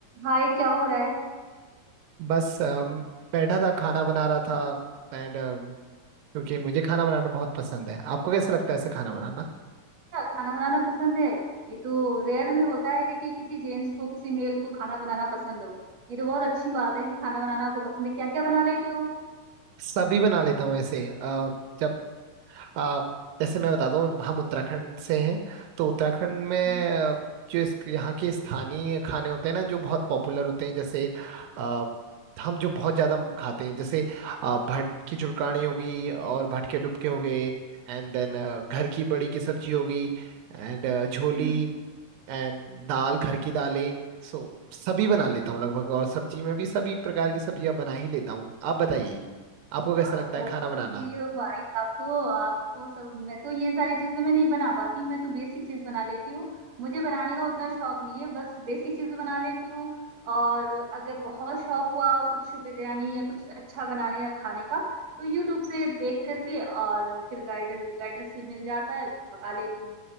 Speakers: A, on the right; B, on the right.
A: हाय क्या हो रहा है
B: बस अम, बैठा था खाना बना रहा था एंड क्योंकि मुझे खाना बनाना बहुत पसंद है आपको कैसा लगता है ऐसे खाना बनाना
A: क्या खाना बनाना पसंद है ये तो रेयर में होता है कि किसी जेंट्स को किसी मेल को खाना बनाना पसंद हो ये तो बहुत अच्छी बात है कि खाना बनाना आपको पसंद है क्या क्या बना लेते हो
B: सभी बना लेता हूँ ऐसे अ, जब अ, जैसे मैं बताता हूँ हम उत्तराखंड से हैं तो उत्तराखंड में
A: हम्म
B: अ, जो इस यहाँ के स्थानीय खाने होते हैं ना जो बहुत पॉपुलर होते हैं जैसे अ, हम जो बहुत ज्यादा खाते हैं जैसे अ, भट की चुड़कानी होगी और भट के डुबके हो गए एंड देन घर की बड़ी की सब्जी होगी एंड झोली
A: हम्म
B: एंड दाल घर की दालें सो सभी बना लेता हूँ लगभग और सब्जी में भी सभी प्रकार की सब्जियां बना ही लेता हूँ आप बताइए आपको कैसा
A: आप
B: लगता है
A: बहुत
B: खाना बनाना
A: सही हो भाई आप तो आपको सब मैं तो ये सारी चीजें मैं नहीं बना पाती मैं तो बेसिक चीज बना लेती हूँ मुझे बनाने का उतना शौक नहीं है बस बेसिक चीजें बना लेती हूँ और अगर बहुत शौक हुआ कुछ बिरयानी या कुछ अच्छा बनाने या खाने का तो यूट्यूब से देख करके और फिर गाइड गाइडेंस मिल जाता है पका लेती हूँ